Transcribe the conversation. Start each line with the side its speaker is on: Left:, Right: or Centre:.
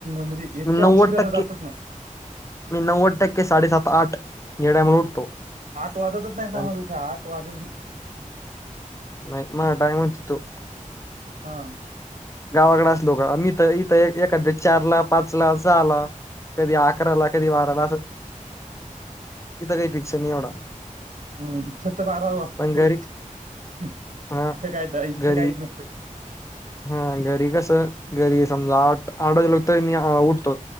Right: म्हणजे. याच्या
Left: मी नव्वद
Right: उशिरा
Left: टक्के
Right: तर जातच नाही
Left: मी नव्वद टक्के साडेसात आठ या टायमाला उठतो.
Right: आठ वाजतच नाही आम्हाला
Left: आणि
Right: उठे आठ वाजत.
Left: नाही मझ टाईम्स तो.
Right: हा!
Left: गावाकडे असलो का मी तर इथं एखाद चारला पाच ला सहाला. कधी अकराला कधी बाराला अस इथं काही पिक्चर नाही एवढा.
Right: हम्! इथं तर बारा वाजत
Left: पण
Right: किरे
Left: घरी
Right: इथं
Left: हा
Right: काय इथं
Left: घरी
Right: काही.
Left: हा घरी कसं घरी समजा आठ आठवाजल तरी मी उठतो.